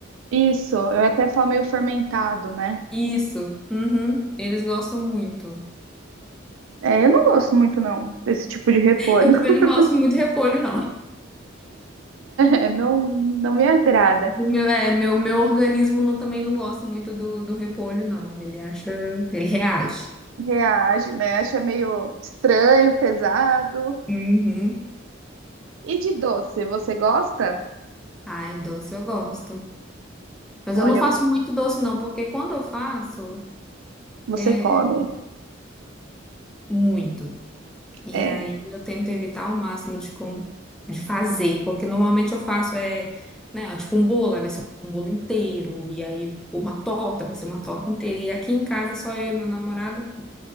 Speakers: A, on the right (about 80°); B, in the centre.
A: Isso, eu até falo meio fermentado, né?
B: Isso, uhum, eles gostam muito.
A: É, eu não gosto muito, não, desse tipo de repolho.
B: Eu também
A: <laughs>
B: não gosto muito de repolho, não.
A: É, não, não me agrada.
B: O meu, é, meu, meu organismo não- também não gosta muito do, do repolho, não. Ele acha, ele reage.
A: Reage, né? Acha meio estranho, pesado.
B: Uhum.
A: E de doce, você gosta?
B: Ai, doce eu gosto. Mas
A: Olha,
B: eu não faço muito doce, não, porque quando eu faço,
A: você
B: é
A: come.
B: muito. E
A: É.
B: aí eu tento evitar ao máximo de, com... de fazer, porque normalmente eu faço é, né, ó, tipo um bolo, aí vai ser um bolo inteiro, e aí uma torta, vai ser uma torta inteira. E aqui em casa só eu e meu namorado,